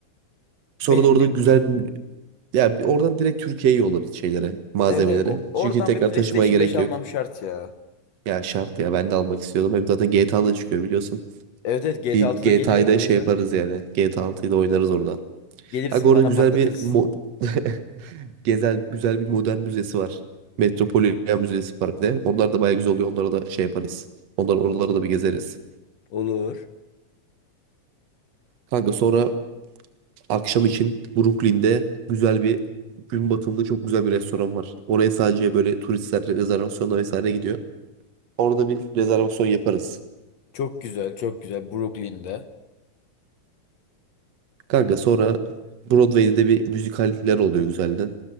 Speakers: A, on the right; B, on the left.
A: Sonra
B: Benim
A: da orada
B: bir
A: güzel bir ya bir oradan direkt Türkiye'ye yollarız şeylere, malzemeleri.
B: evet, evet o- oradan
A: Çünkü tekrar
B: bir PlayStation
A: taşımaya gerek
B: 5 almam
A: yok.
B: şart ya.
A: Ya şart ya ben de almak istiyordum. Hem zaten GTA'da çıkıyor biliyorsun.
B: Evet evet GTA
A: Bir
B: 6
A: GTA'da
B: da geliyor o
A: şey
B: yüzden
A: yaparız yani. GTA 6'yı da oynarız orada.
B: gelirsin
A: Aga orada
B: bana
A: güzel
B: patlatırız.
A: bir mo- <laughs> Gezel güzel bir modern müzesi var. Metropolitan Müzesi var bir de. Onlar da bayağı güzel oluyor. Onlara da şey yaparız. Onlar oraları da bir gezeriz.
B: Olur.
A: Kanka sonra akşam için Brooklyn'de güzel bir gün batımında çok güzel bir restoran var. Oraya sadece böyle turistler rezervasyonla vesaire gidiyor. Orada bir rezervasyon yaparız.
B: Çok güzel, çok güzel Brooklyn'de.
A: Kanka sonra Broadway'de de bir müzikaller oluyor güzelden.